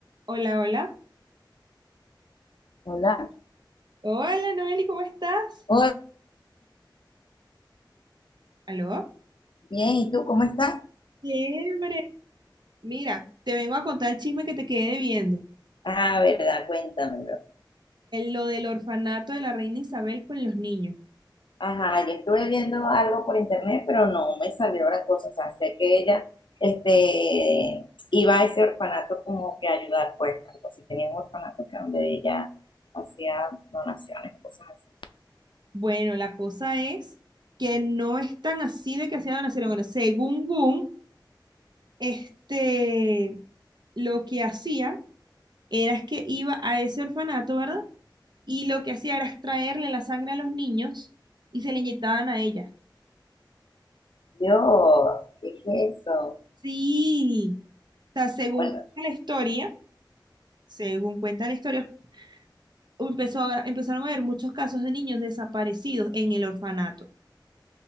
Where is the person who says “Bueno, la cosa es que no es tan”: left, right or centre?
Right